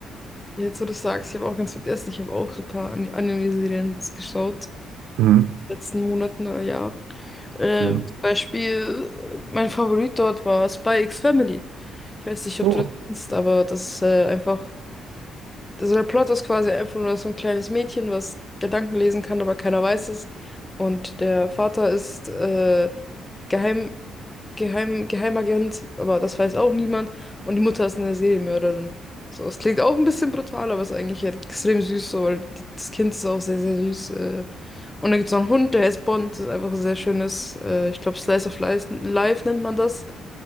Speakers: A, on the left; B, on the right.
A: Jetzt, wo du sagst, ich habe auch ganz vergessen, ich habe auch super An- Anime-Serien geschaut.
B: Mhm.
A: Letzten Monaten oder Jahr. Ähm,
B: Hm.
A: zum Beispiel, äh, mein Favorit dort war Spy X Family. Ich weiß nicht, ob
B: Oh.
A: du das kennst, aber das ist äh, einfach. Also der Plot ist quasi einfach nur so ein kleines Mädchen, was Gedanken lesen kann, aber keiner weiß es. Und der Vater ist äh, Geheim, Geheim, Geheimagent, aber das weiß auch niemand. Und die Mutter ist eine Serienmörderin. So, es klingt auch ein bisschen brutal, aber ist eigentlich halt extrem süß, so, weil die, das Kind ist auch sehr, sehr süß. Äh, und dann gibt es noch einen Hund, der heißt Bond. Das ist einfach ein sehr schönes, äh, ich glaube, Slice of Life, Life nennt man das.